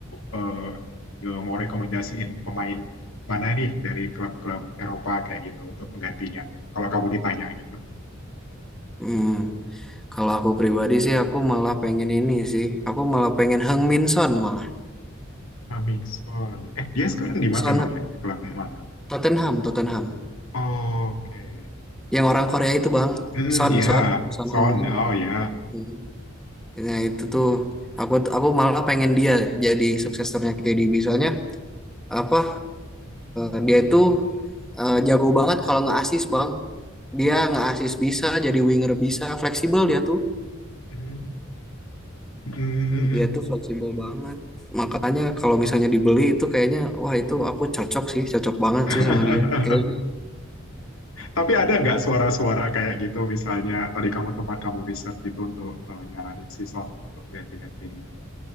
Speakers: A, on the left (about 85°); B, in the centre.
A: eh, eh, mau rekomendasiin pemain mana nih dari klub-klub Eropa kayak gitu untuk penggantinya? Kalau kamu ditanya gitu.
B: Hmm. Kalau aku pribadi sih aku malah pengen ini sih. Aku malah pengen Heung Min Son malah.
A: Hamilton. Eh, dia sekarang di mana
B: Son
A: emang ya? Klub mana?
B: Tottenham, Tottenham.
A: Oke.
B: Yang orang Korea itu Bang.
A: Hmm,
B: Son,
A: iya.
B: Son, Son
A: Son.
B: Heung Min.
A: Oh, ya.
B: Hmm. Nah itu tuh aku aku malah pengen dia jadi suksesornya KDB soalnya apa eh, dia itu eh, jago banget kalau nge-assist bang dia nge-assist bisa jadi winger bisa fleksibel dia tuh
A: Hmm. Hmm.
B: dia tuh fleksibel banget makanya kalau misalnya dibeli itu kayaknya wah itu aku cocok sih cocok banget
A: <laughs>
B: sih sama dia kayaknya
A: Tapi ada nggak suara-suara kayak gitu misalnya tadi kamu tempat kamu riset gitu untuk eh, nyaranin si Son untuk menggantikan KDB.